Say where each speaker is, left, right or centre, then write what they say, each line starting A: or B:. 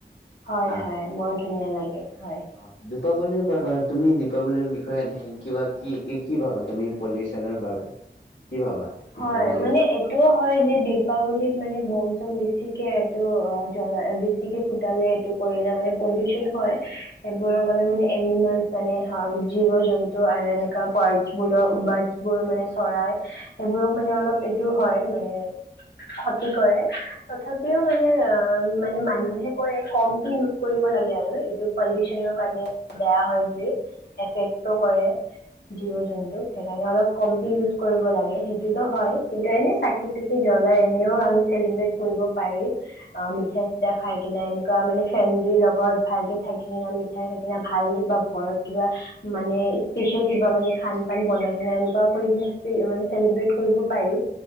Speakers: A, on the left; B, on the left.
A: হয়
B: আহ
A: হয় বৰ ধুনীয়া লাগে হয়
B: অ দীপাৱলীৰ তুমি দীপাৱলীৰ বিষয়ে এ কিবা কি কি ভাবা তুমি পলিউচনৰ বাবে কি ভাবা দীপাৱলীৰ
A: হয় মানে এইটোও হয় যে দিপাৱলীত মানে বম চম বেছিকে জলা বেছিকে ফুটালে এইটো কৰিলে মানে পলিউচন হয় সেইবোৰৰ বাবে মানে এনিমেল মানে জীৱ জন্তু আৰু এনেকুৱা বাৰ্ডে বো বাৰ্ডছ বোৰ মানে চৰাই সেইবোৰক মানে অলপ এইটো হয় মানে ক্ষতি কৰে তথাপিও মানে মানে মানুহে কৰে কমটো ইউজ কৰিব লাগে আৰু এইটো পলিউচনৰ কাৰণে বেয়া হয় বুলি এফেক্টো কৰে জীৱ জন্তুক সেইকাৰণে অলপ কমকে ইউজ কৰিব লাগে সেইটোতো হয় কিন্তু এনেও চাকি চাকি জ্বলাই এনেও আমি চেলিব্ৰেট কৰিব পাৰি অ মিঠাই চিঠাই খাই কিনে এনেকুৱা মানে ফেমিলিৰ লগত ভালকে থাকি কিনে মিঠাই থাক কি ভাল কিবা ঘৰত কিবা মানে স্পেচিয়েল কিবা মানে খান পান বনাই কিনে এনেকুৱা কৰি কিনে মানে চেলিব্ৰেট কৰিব পাৰি